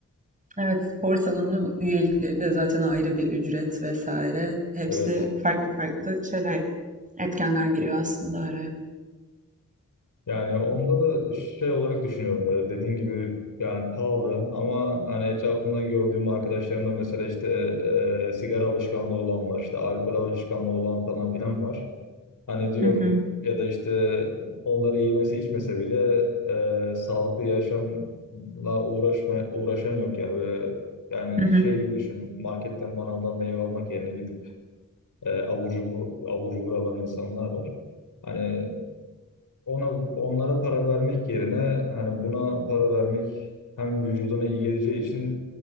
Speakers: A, on the right; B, on the left.
A: Evet, spor salonu üyelikleri de zaten ayrı bir ücret vesaire. Hepsi
B: Evet.
A: farklı farklı şeyler, etkenler giriyor aslında araya.
B: Yani onda da şey olarak düşünüyorum ya dediğin gibi yani pahalı ama hani etrafımda gördüğüm arkadaşlarımda mesela işte e, sigara alışkanlığı olan var işte alkol alışkanlığı olan falan filan var. Hani diyorum
A: Hı hı,
B: ya da işte onları yemese içmese bile e, sağlıklı yaşamla uğraşma, uğraşan yok yani böyle yani
A: hı hı,
B: şey gibi düşün marketten manavdan meyve almak yerine gidip e, avucu bu avucu buralan insanlar var. Hani ona, onlara para vermek yerine hani buna para vermek hem vücuduna iyi geleceği için